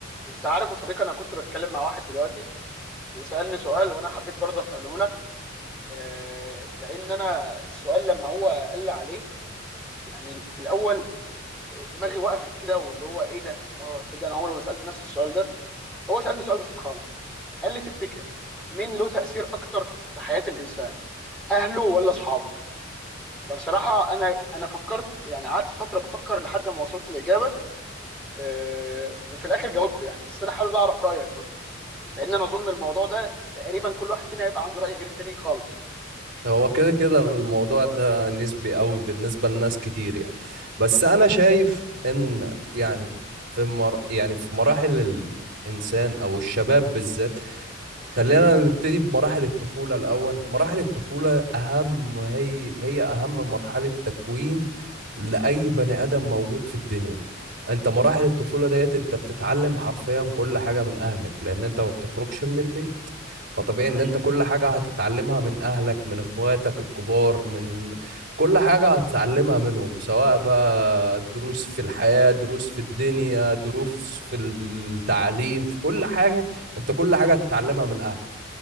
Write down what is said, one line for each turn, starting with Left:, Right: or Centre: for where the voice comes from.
Centre: انت عارف يا صديقي انا كنت بتكلم مع واحد دلوقتي وسالني سؤال وانا حبيت برضه اساله لك آه، لان انا السؤال لما هو قال لي عليه يعني في الاول دماغي وقفت كده واللي هو ايه ده اه تصدق انا عمري ما سالت نفسي السؤال ده هو سالني سؤال بسيط خالص قال لي تفتكر مين له تاثير اكتر في حياه الانسان اهله ولا اصحابه فبصراحه انا انا فكرت يعني قعدت فتره بفكر لحد ما وصلت الاجابه آه، وفي الاخر جاوبته يعني بس انا حابب اعرف رايك برضه لان انا اظن الموضوع ده تقريبا كل واحد فينا هيبقى عنده راي غير التاني خالص
Right: هو كده كده الموضوع ده نسبي قوي بالنسبة لناس كتير يعني بس أنا شايف إن يعني في مر... يعني في مراحل الإنسان أو الشباب بالذات خلينا نبتدي بمراحل الطفولة الأول مراحل الطفولة أهم هي هي أهم مرحلة تكوين لأي بني آدم موجود في الدنيا أنت مراحل الطفولة ديت أنت بتتعلم حرفيا كل حاجة من أهلك لأن أنت ما بتخرجش من البيت فطبيعي
Centre: صحيح
Right: ان انت كل حاجة هتتعلمها من اهلك من اخواتك الكبار من كل حاجة هتتعلمها منهم سواء بقى دروس في الحياة دروس في الدنيا دروس في التعليم في كل حاجة انت كل حاجة هتتعلمها من اهلك